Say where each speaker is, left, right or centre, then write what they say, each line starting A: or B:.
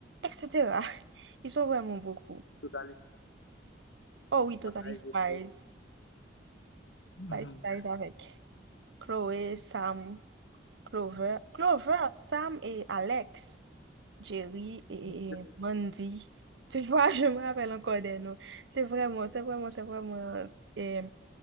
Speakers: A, on the right (about 75°); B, on the left (about 85°).
A: etc. <laughs> Ils sont vraiment beaucoup.
B: Totally
A: Oh
B: fine,
A: oui, Totally
B: five,
A: Spies.
B: eight. Mhm.
A: Totally Spies avec Chloé, Sam, Clover. Clover, Sam et Alex. Jerry et
B: Mhm,
A: Mandy. Tu vois, <laughs> je me rappelle encore des noms. C'est vraiment, c'est vraiment, c'est vraiment. euh, Et